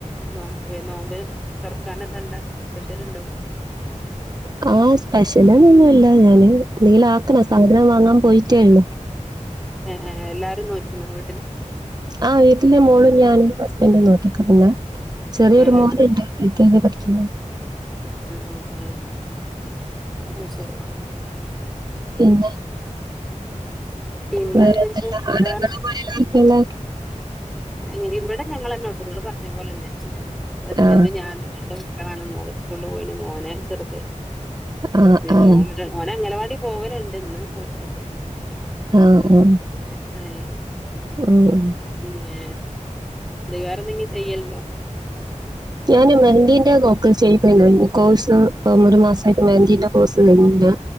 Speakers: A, in the centre; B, on the right.
A: നോ നോമ്പന് തുറക്കാന എന്താ ഇണ്ടാക്ക പക്ഷെ ണ്ടോ
B: <inaudible> ആ സ്പെഷ്യലന്നൊന്നുമല്ല ഞാന് എന്തെങ്കും ആകാണ സാധനം വാങ്ങാൻ പോയിട്ടേള്ളു
A: എ എ എല്ലാരും നോറ്റിന്നോ വീട്ടില്
B: ആ വീട്ടിലെ മോളും ഞാനും ഹസ്ബൻഡ നോട്ടിക്ക പിന്നെ ചെറിയൊരു
A: ഏ
B: മോൾ
A: ഏ
B: ണ്ട് എൽ കെ ജി പഠിക്കുന്നു
A: ഉം ഉം ആ ശരി
B: പിന്നെ
A: പിന്നെ
B: വേറെന്തെല്ല
A: എന്തൊക്കെ എന്താ
B: ആടങ്ങൾ പോലലായിക്കുള്ള
A: അങ്ങനെ ഇവിടെ ഞങ്ങന്നെ ഉള്ളു നിങ്ങള് പറഞ്ഞ പോലെന്നെ അസ്ബന്റും
B: ആ
A: ഞാനും എണ്ടോ മോ സ്കൂളിൽ പോയി മോനെ ചെറുത്
B: ആ
A: പിന്നെ
B: ആ ആ
A: ഓനെ അംഗനവാ ടി പോവലുണ്ട് ഇന്ന് പോയിട്ടില്ല
B: ആ ആ
A: ത
B: ആഹ്
A: പിന്നെ എന്ത വേറെ എന്തെങ്കിലും ചെയ്യലണ്ടോ
B: ഞാന് മെന്ന്തീന്റെ നോക് ചെയ്യ ന്ന ഈ കോഴ്സ് ഇ ഒരു മാസമായിട്ട് വേതിന്റെ കോഴ്സ് തന്നണ്ട്